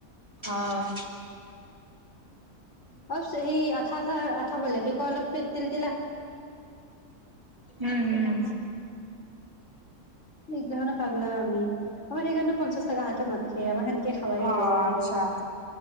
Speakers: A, on the right; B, on the left.
A: অহ।
B: অ সেই আঠা, আঠা, আঠা বলে কি ক অলপ পিক <inaudible>
A: উম, উম।
B: নিঘ গাহান পাগলা আমি। আমাৰ সেইকাৰণে পঞ্চাশ টকা হাতত না খায় আমাৰ সেনেকে খাৱাই
A: অ
B: যায় বাহিৰত,
A: আচ্ছা